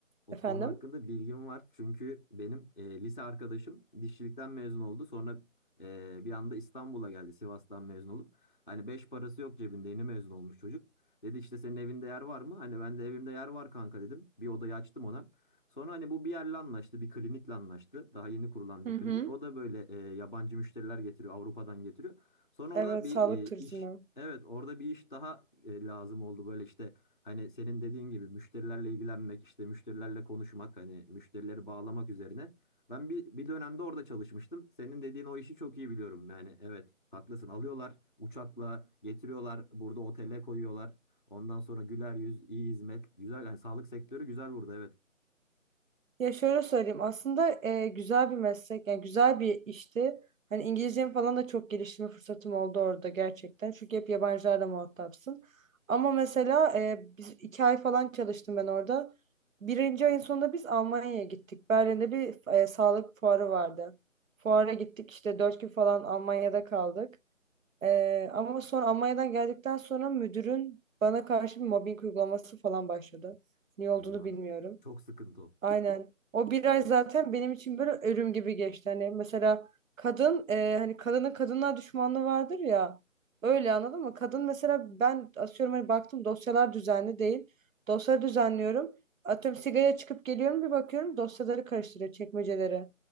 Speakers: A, on the left (about 40°); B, on the right (about 75°).
A: O
B: Efendim?
A: konu hakkında bilgim var. Çünkü benim e, lise arkadaşım dişçilikten mezun oldu. Sonra e, bir anda İstanbul'a geldi Sivas'tan mezun olup. Hani beş parası yok cebinde yeni mezun olmuş çocuk. Dedi işte senin evinde yer var mı? Hani ben de evimde yer var kanka dedim. Bir odayı açtım ona. Sonra hani bu bir yerle anlaştı, bir klinikle anlaştı. Daha yeni kurulan bir
B: Hı hı.
A: klinik. O da böyle e, yabancı müşteriler getiriyor, Avrupa'dan getiriyor. Sonra orada
B: Evet,
A: bir
B: sağlık turizmi.
A: e, iş, evet orada bir iş daha e, lazım oldu. Böyle işte Hani senin dediğin gibi müşterilerle ilgilenmek, işte müşterilerle konuşmak, hani müşterileri bağlamak üzerine. Ben bir, bir dönemde orada çalışmıştım. Senin dediğin o işi çok iyi biliyorum. Yani evet haklısın. Alıyorlar uçakla getiriyorlar burada otele koyuyorlar. Ondan sonra güler yüz, iyi hizmet. Güzel yani sağlık sektörü güzel burada evet.
B: Ya şöyle söyleyeyim aslında e, güzel bir meslek yani güzel bir işti. Hani İngilizcemi falan da çok geliştirme fırsatım oldu orada gerçekten. Çünkü hep yabancılarla muhatapsın. Ama mesela e, biz iki ay falan çalıştım ben orada. Birinci ayın sonunda biz Almanya'ya gittik. Berlin'de bir e, sağlık fuarı vardı. Fuara gittik işte dört gün falan Almanya'da kaldık. E, ama sonra Almanya'dan geldikten sonra müdürün bana karşı bir mobbing uygulaması falan başladı. Niye olduğunu
A: Eyvah.
B: bilmiyorum.
A: Çok sıkıntı o.
B: Aynen.
A: <clears throat>
B: O bir ay zaten benim için böyle ölüm gibi geçti. Hani mesela kadın e, hani kadının kadınlar düşmanlığı vardır ya. Öyle anladın mı? Kadın mesela ben asıyorum hani baktım dosyalar düzenli değil. Dosyaları düzenliyorum. Atıyorum sigaraya çıkıp geliyorum bir bakıyorum dosyaları karıştırıyor çekmeceleri.